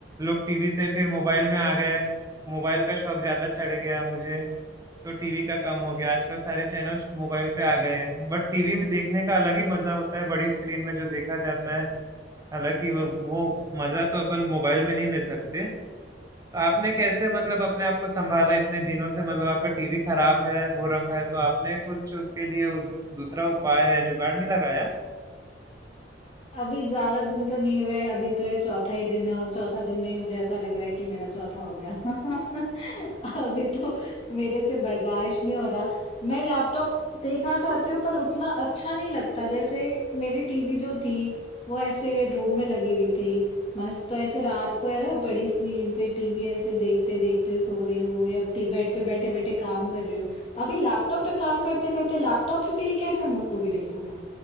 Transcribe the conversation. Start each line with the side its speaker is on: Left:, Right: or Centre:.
Right: लोग टीवी से फिर मोबाइल में आ गए मोबाइल का शौक ज्यादा चढ़ गया मुझे तो टीवी का कम हो गया आजकल सारे चैनल्स मोबाइल पे आ गए हैं बट टीवी में देखने का अलग ही मजा होता है बड़ी स्क्रीन में जो देखा जाता है हालांकि वो, वो मजा तो अपन मोबाइल में नहीं ले सकते तो आपने कैसे मतलब अपने आप को संभाला इतने दिनों से मतलब आपका टीवी खराब है हो रखा है तो आपने कुछ उसके लिए दूसरा उपाय या जुगाड़ नहीं लगाया
Left: अभी ज्यादा दिन तो नहीं हुए अभी तो ये चौथा ही दिन है और चौथा दिन में ही मुझे ऐसा लग रहा है कि मेरा चौथा हो गया <laughs> अभी तो मेरे से बर्दाश्त नहीं हो रहा मैं लैपटॉप देखना चाहती हूँ पर उतना अच्छा नहीं लगता जैसे मेरी टीवी जो थी वो ऐसे रूम में लगी हुई थी मस्त तो ऐसे रात को है ना बड़ी स्क्रीन पे टीवी ऐसे देखते देखते सो रही हूँ या बेड पे बैठे बैठे काम कर रही हूँ अभी लैपटॉप पे काम करते करते लैपटॉप ही पे ही कैसे मूवी देखूं मैं